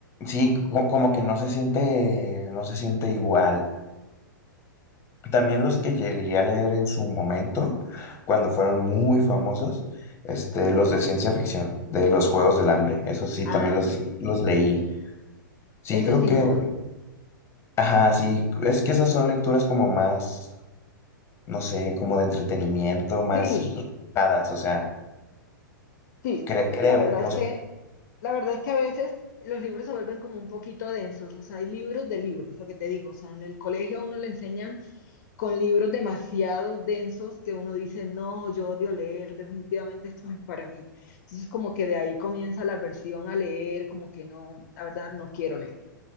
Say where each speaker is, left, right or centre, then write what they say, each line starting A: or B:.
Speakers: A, on the left; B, on the left.
A: sí, co- como que no se siente, no se siente igual. También los que llegué a leer en su momento, cuando fueron muy famosos, este, los de ciencia ficción, de los Juegos del Hambre, eso sí,
B: Ah,
A: también los,
B: ok,
A: los leí. Sí,
B: eso
A: creo
B: sí,
A: que
B: no.
A: Ajá, sí, es que esas son lecturas como más, no sé, como de entretenimiento, más
B: Sí,
A: relajadas, o sea,
B: sí,
A: cre- creo,
B: la verdad
A: no
B: es que,
A: sé.
B: la verdad es que a veces los libros se vuelven como un poquito densos, o sea, hay libros de libros, lo que te digo, o sea, en el colegio a uno le enseñan con libros demasiado densos que uno dice, no, yo odio leer, definitivamente esto no es para mí. Entonces, como que de ahí comienza la aversión a leer, como que no, la verdad, no quiero leer.